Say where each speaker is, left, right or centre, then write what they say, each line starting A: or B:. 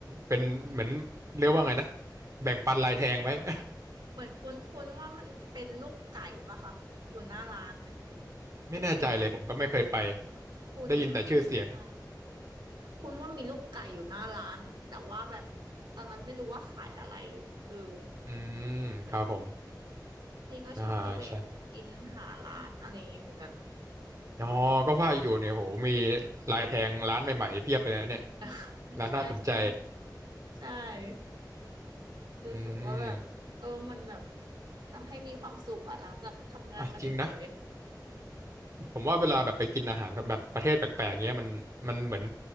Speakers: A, on the right (about 45°); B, on the right (about 85°).
A: เป็นเหมือนเรียกว่าไงนะ
B: อืม
A: แบ่งปันลายแทงไหม <laughs>
B: เหมือนคุ้นๆว่ามันเป็นลูกไก่ปะคะอยู่หน้าร้านไหมเปปปิน่า
A: ไม่แน่ใจเลยผมก็ไม่เคยไป
B: คุ้นแบบคุ้นมาก
A: ได้ยินแต่ชื่อเสียง
B: คุ้นว่ามีลูกไก่อยู่หน้าร้านแต่ว่าแบบตอนนั้นไม่รู้ว่าขายอะไรเออ
A: อืมครับผม
B: นี่ก็ชอบตะเวนกินหาร้านอะไรอย่างนี้เหมือนกัน
A: อ่าใช่อ๋อก็ว่าอยู่เนี่ยโหมีลายแทงร้านใหม่ๆเพียบเลยนะเนี่ย
B: <laughs>
A: ร้านน่าสนใจ
B: ใช่ใช่ใช่รู้สึกว่าแบบเออมันแบบ
A: อืม
B: ทำให้มีความสุขอ่ะหลังจากทำงานมาเหนื่อย
A: อ่ะจริงนะผมว่าเวลาแบบไปกินอาหารแบบประเทศแปลกๆเงี้ยมันมันเหมือน